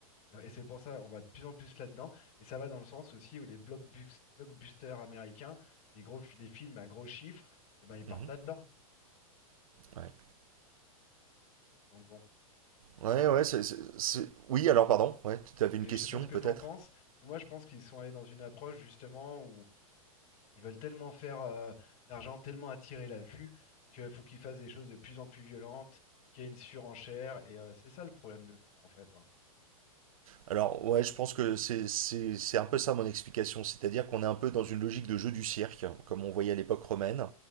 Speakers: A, on the left; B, on the right.
A: Et c'est pour ça on va de plus en plus là-dedans. Et ça va dans le sens aussi où les blockbus- blockbusters américains, les gros, fi- les films à gros chiffres, eh ben, ils partent
B: Mhm.
A: là-dedans.
B: Ouais.
A: Donc bon,
B: Ouais,
A: je sais pas,
B: ouais, c'est, c'est- c'est- Oui, alors pardon, ouais, tu avais
A: et
B: une question
A: je sais pas ce que
B: peut-être?
A: t'en penses, mais moi je pense qu'ils sont allés dans une approche justement où ils veulent tellement faire euh, d'argent, tellement attirer la vue, qu'il faut qu'ils fassent des choses de plus en plus violentes, qu'il y ait une surenchère. Et euh, c'est ça le problème de fond en fait. hein.
B: Alors, ouais, je pense que c'est c'est- c'est un peu ça mon explication, c'est-à-dire qu'on est un peu dans une logique de jeu du cirque, comme on voyait à l'époque romaine.